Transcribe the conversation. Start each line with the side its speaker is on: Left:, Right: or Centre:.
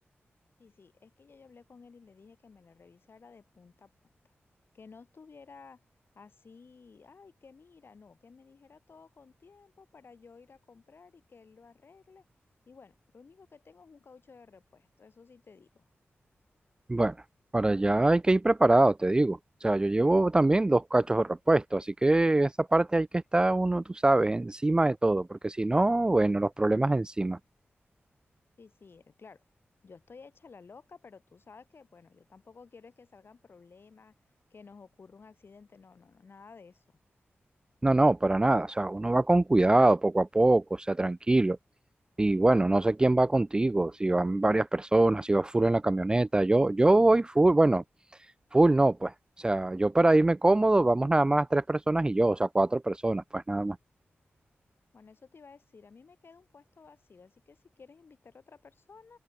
Left: Sí, sí, es que ya yo hablé con él y le dije que me la revisara de punta a punta, que no estuviera así, ay, que mira, no, que me dijera todo con tiempo para yo ir a comprar y que él lo arregle. Y bueno, lo único que tengo es un caucho de repuesto, eso sí te digo.
Right: Bueno, para allá hay que ir preparado, te digo. O sea, yo llevo también dos cachos de repuesto, así que esa parte hay que estar uno, tú sabes, encima de todo, porque si no, bueno, los problemas encima.
Left: Sí, sí, eh, claro, yo estoy hecha la loca, pero tú sabes que, bueno, yo tampoco quiero es que salgan problemas, que nos ocurra un accidente, no, no, no, nada de eso.
Right: No, no, para nada. O sea, uno va con cuidado, poco a poco, o sea, tranquilo. Y bueno, no sé quién va contigo, si van varias personas, si va full en la camioneta. Yo, yo voy full, bueno, Full no, pues. O sea, yo para irme cómodo, vamos nada más tres personas y yo, o sea, cuatro personas, pues nada más.
Left: Bueno, eso te iba a decir, a mí me queda un puesto vacío, así que si quieres invitar a otra persona,